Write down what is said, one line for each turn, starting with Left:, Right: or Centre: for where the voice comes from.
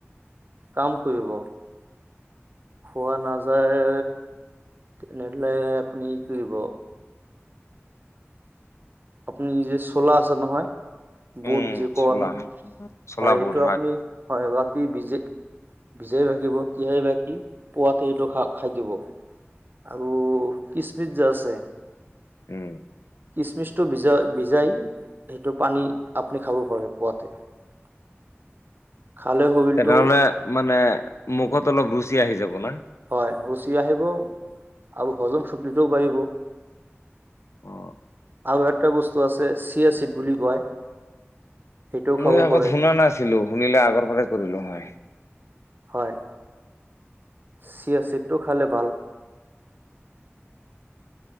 Right: কাম কৰিব। খোৱা নাযায় তেনেলে আপুনি কি কৰিব? আপুনি যে চলা আছে নহয়। বুট
Left: উম
Right: যি কও
Left: চোলা
Right: আমি।
Left: চোলা
Right: হয় এইটো
Left: বুট
Right: আপুনি হয়। টি ভিজে ভিজাই ৰাখিব। তিয়াই বাকি পোৱাতে সেইটো খা খাই দিব। আৰু কিচমিচ যে আছে।
Left: উম।
Right: কিচমিচটো ভজই ভিজাই সেইটো পানী আপুনি খাব পাৰে পুৱাতে। <unintelligible> শৰীৰটো
Left: তেনেহলে মানে মুখত অলপ ৰুচি আহি যাব না।
Right: হয় সূচী আহিব আৰু হজম চুক্তিটোও বাঢ়িব।
Left: অ।
Right: আৰু এটা বস্তু আছে চিয়ে চিট বুলি কয়। সেইটোও
Left: মই
Right: খাব
Left: আগত
Right: পাৰে
Left: শুনা নাছিলো, শুনিলে আগৰ পৰা কৰিলো হয়।
Right: হয়। চিয়াচিটটো খালে ভাল।